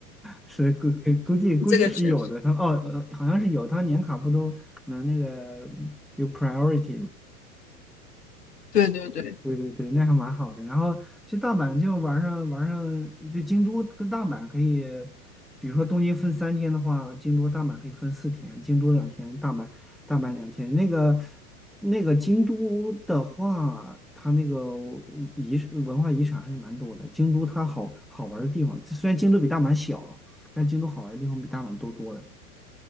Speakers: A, in the centre; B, on the left (about 80°).
A: 是估估计估计是有的，
B: 这个确实，
A: 他哦，呃好像是有，他年卡不都能那个有 priority 吗？
B: 对对对，
A: 对对对，那还蛮好的。然后去大阪就玩上玩上，就京都跟大阪可以，比如说东京分三天的话，京都大阪可以分四天，京都两天，大阪大阪两天。那个那个京都的话，它那个遗文化遗产还是蛮多的。京都它好好玩的地方，虽然京都比大阪小了，但京都好玩的地方比大阪多多了。